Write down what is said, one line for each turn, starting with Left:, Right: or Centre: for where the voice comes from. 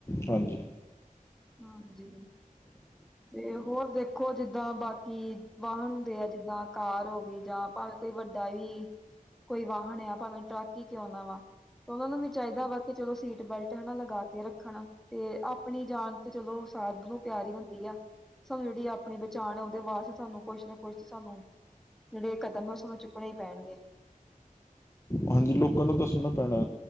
Left: ਹਾਂਜੀ
Centre: ਹਾਂਜੀ। ਤੇ, ਹੋਰ ਦੇਖੋ ਜਿੱਦਾਂ ਬਾਕੀ ਕਿ ਵਾਹਨ ਹੁੰਦੇ ਆ, ਜਿੱਦਾਂ ਕਾਰ ਹੋ ਗਈ ਜਾਂ ਭਾਵੇਂ ਕੋਈ ਵੱਡਾ ਹੀ ਕੋਈ ਵਾਹਨ ਆ, ਭਾਵੇਂ ਟਰੱਕ ਹੀ ਕਿਉਂ ਨਾ ਵਾ ਤੇ ਉਹਨਾਂ ਨੂੰ ਵੀ, ਚਾਹੀਦਾ ਵਾ, ਕਿ ਚਲੋ ਸੀਟ ਬੈਲਟ ਹੈਨਾ ਲੱਗਾ ਕੇ ਰੱਖਣ ਤੇ ਆਪਣੀ ਜਾਨ ਤੇ, ਚਲੋ ਸਭ ਨੂੰ ਪਿਆਰੀ ਹੁੰਦੀ। ਦੀ, ਆ, ਸਾਨੂੰ ਜਿਹੜੀ ਆਪਣੀ ਪਹਿਚਾਣ ਆ, ਉਹਦੇ ਵਾਸਤੇ ਸਾਨੂੰ ਕੁਛ ਨਾ ਕੁਛ ਤੇ ਸਾਨੂੰ ਜਿਹੜੇ, ਕਦਮ ਉਸ ਨੂੰ ਚੁੱਕਣੇ ਹੀ ਪੈਣਗੇ।
Left: ਹਾਂਜੀ, ਲੋਕਾਂ ਨੂੰ ਦੱਸਣਾ ਪੈਣਾ,